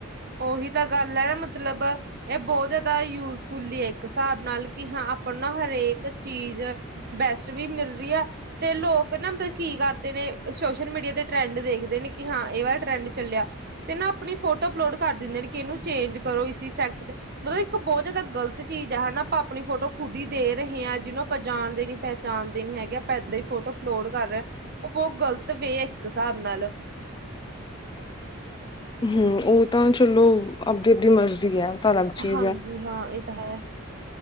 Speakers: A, on the right; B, on the left.
A: ਉਓਹੀ ਤਾਂ ਗੱਲ ਹੈ। ਨਾ, ਮਤਲਬ ਇਹ ਬਹੁਤ ਜਿਆਦਾ ਯੂਜਫੁੱਲ ਹੈ, ਇੱਕ ਹਿਸਾਬ ਨਾਲ ਕਿ ਹਾਂ ਆਪਾਂ ਨੂੰ ਨਾ, ਹਰੇਕ ਚੀਜ਼ ਬੈਸਟ ਵੀ ਮਿਲ ਰਹੀ ਹੈ ਤੇ ਲੋਕ ਨਾ ਮਤਲਬ ਕੀ ਕਰਦੇ ਨੇ, ਸੋਸ਼ਲ ਮੀਡੀਆ ਤੇ ਟਰੈਂਡ ਦੇਖਦੇ ਨੇ ਕਿ ਹਾਂ ਇਹ ਵਾਲਾ ਟਰੈਂਡ ਚੱਲਿਆ ਤੇ ਨਾ ਆਪਣੀ ਫੋਟੋ ਅਪਲੋਡ ਕਰ ਦਿੰਦੇ ਨੇ ਕਿ ਇਹਨੂੰ ਚੇਂਜ ਕਰੋ ਇਸ ਇਫੈਕਟ ਤੇ। ਮਤਲਬ, ਇੱਕ ਬਹੁਤ ਜਿਆਦਾ ਗ਼ਲਤ ਚੀਜ਼ ਆ। ਹਨਾ, ਆਪਾਂ ਆਪਣੀ ਫੋਟੋ ਖੁਦ ਹੀ ਦੇ ਰਹੇ ਹਾਂ। ਜਿਹਨੂੰ ਆਪਾਂ ਜਾਣਦੇ ਨੀ, ਪਹਿਚਾਣਦੇ ਨੀ ਹੈਗੇ। ਆਪਾਂ ਏਦਾਂ ਹੀ ਫੋਟੋ ਅਪਲੋਡ ਕਰ ਰਹੇ ਆ। ਉਹ ਬਹੁਤ ਗ਼ਲਤ ਵੇ ਆ ਇੱਕ ਹਿਸਾਬ ਨਾਲ।
B: ਹਮ, ਉਹ ਤਾਂ ਚਲੋ, ਆਪਦੀ-ਆਪਦੀ ਮਰਜ਼ੀ ਹੈ। ਤਾਂ ਅਲੱਗ ਚੀਜ਼
A: ਹਾਂਜੀ,
B: ਹੈ
A: ਹਾਂ। ਇ ਤਾ ਹੈ